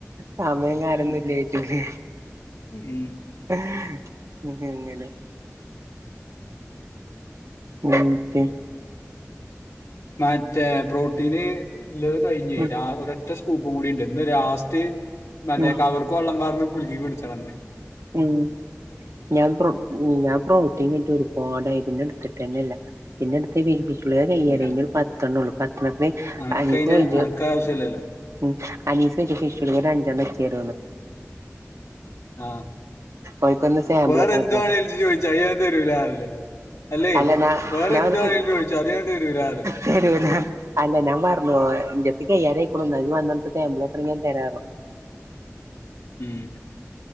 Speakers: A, on the right; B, on the left.
A: സമയം കാലൊന്നില്ലേ ചെളി
B: മ്മ്
A: ഏ പിന്നെ എങ്ങനെ ഒരു മിനിറ്റെ
B: മറ്റേ പ്രോട്ടീന് ഇല്ലെത് കഴിഞ്ഞേ
A: ഉം
B: രാവിടെ ഒറ്റ സ്കൂപ്പും കൂടിണ്ട് ഇന്ന് ലാസ്റ്റ് മറ്റേ
A: ഉം
B: കവർക്ക് വള്ളം പാർന്ന് കുൽക്കി കുട്ചി വെന്നേ
A: മ്മ് ഞാൻ പ്രൊ ഞാൻ പ്രൊട്ടീനെട്ത്ത്ട്ട് ഒരുപാടായി പിന്നെടുത്തിട്ടെന്നെല്ല പിന്നെ എടുത്ത് വൈ പ്ളേ കയ്യാനായി
B: ഇന്ന് ഞാൻ
A: ഞ് ഒരു പത്തെണ്ണള്ളൂ പത്തെണ്ണത്തിന്
B: അനക്കതിന്
A: <unintelligible>
B: അനക്ക ആവശ്യമില്ലല്ലോ
A: അനീസ്ണ്ട് ചൊയ്ച്ണ് ഒരഞ്ചെണ്ണം ഇച്ചെരുവോന്ന്
B: ആ
A: ഓൻക്കൊന്ന് സാമ്പാളോക്കാനാത്രേ
B: വേറെ എന്ത് വേണേലും
A: അത്
B: ഇജ്ജ് ചോദിച്ചു അത് ഞാൻ തരൂല അല്ലേ അല്ലേ
A: അല്ല ഞാ
B: വേറെ
A: ഞാൻ
B: എന്ത് വേണേലും
A: <unintelligible>
B: ചോദിച്ചു അത് ഞാൻ തരൂല അല്ലേ
A: തെരൂല അല്ല ഞാ പറഞ്ഞു ൻ്റെട്ത്ത് കയ്യാനിയിക്കുണു ഒ ഇജ് വന്നൊ അൻക്ക് സേമ്പ്ളോക്കണെ ഞാൻ തരാർഞു
B: മ്മ്